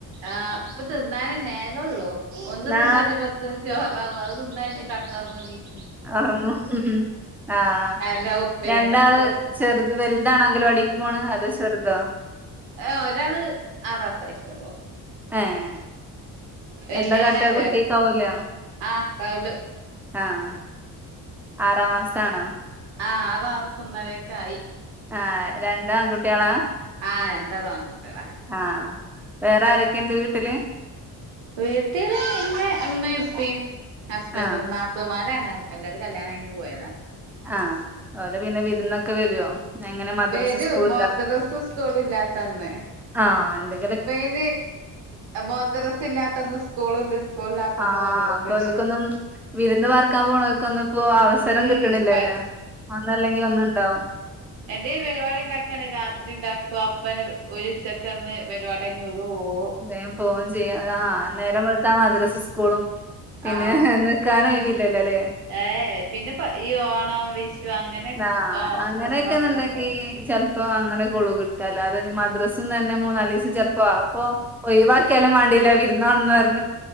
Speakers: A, on the right; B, in the centre.
A: ആഹ് ഇപ്പൊ തിന്നാനെ നേരള്ളൂ ഒന്ന്
B: ന്നാ
A: തിന്നഴിയുമ്പോ ചോറാവും അത് തിന്നയ്ഞ്ഞ് <unintelligible>
B: ഉറങ്ങുന്നു ആഹ്
A: അന്റെ വൈകുന്നേരത്തെക്കും
B: രണ്ടാള് ചെറു വലുതാണോ അങ്കണവാടിക്ക് പോണ അതോ ചെറുതോ.
A: ആഹ് ഒരാള് ആറാസായിട്ടൊള്ളു
B: ആഹ്
A: വല്യോന്
B: എന്താ കാട്ട
A: അംഗൻവാടി
B: കുട്ടിക്കാവൂലോ
A: ആഹ് കൗലു
B: ആഹ് ആറാം മാസാണോ
A: ആ ആറാവസന്നരൊക്കെ ആയി
B: ആഹ് രണ്ട് ആൺകുട്ടികളാ
A: ആഹ് രണ്ടാളും ആൺ കുട്ടികളാ
B: ആഹ് വേറെ ആരൊക്കെ ഇണ്ട് വീട്ടില്
A: വീട്ടില് ഇൻ്റെ അമ്മേം ഇപ്പേം ഹസ്ബൻ്റും
B: ആ
A: നാ തുമാലാണ് എല്ലാരും കല്യാണം കയിഞ്ഞ് പോയതാ
B: ആഹ് അത് പിന്നെ വിരുന്നൊക്കെ വരുവോ എങ്ങനെ മദ്രസ
A: വെരും
B: സ്കൂൾ
A: മദ്രസ്സ സ്കൂള് ഇല്ലാത്തന്നെ
B: ആഹ് എന്തേ
A: ഇപ്പൊ ഇന് മദ്രസ്സ ഇല്ലാത്ത ഒന്ന് സ്കൂളുണ്ട് സ്കൂൾ ഇല്ലാത്തന്ന്
B: ആഹ്
A: മദ്രസുണ്ട്
B: അപ്പൊ അവക്കൊന്നും വിരുന്ന് പാർക്കാൻ പോണവക്കൊന്നും ഇപ്പോ അവസരം
A: ഉം
B: കിട്ടണില്ലല്ലോ ഒന്നല്ലെങ്കി ഒന്നുണ്ടാവും
A: എന്റെ ഈ പരിപാടി ഇണ്ടാക്കാണ് രാത്രി ഇണ്ടാക്കുവ അപ്പന ഒരിച്ചക്കന്ന് പരിപാടി കഴിഞ്ഞ് പോവും
B: വേഗം പോവേം ചെയ്യ ആഹ് നേരം വെളുത്താ മദ്രസ്സ സ്കൂളും പിന്നെ
A: ആഹ്
B: എ ക്കാനോ ഒയ് വില്ലല്ലേ
A: ഏഹ് പിന്നെ ഈ ഓണം വിശു അങ്ങനെ
B: ആ
A: ഓ
B: അങ്ങനെയൊക്കെന്നുണ്ടെങ്കി
A: ക്രിസ്മസിനൊക്കെ
B: ചെ ഇപ്പൊ അങ്ങനെ ഗുളു കിട്ടുക അല്ലാതെ മദ്രസും തന്നെ മൂന്നാലീസം ചെലപ്പോ അപ്പൊ ഒയ് വാക്കിയാലും വേണ്ടില്ല വിര്ന്നോണന്ന് പർഞ്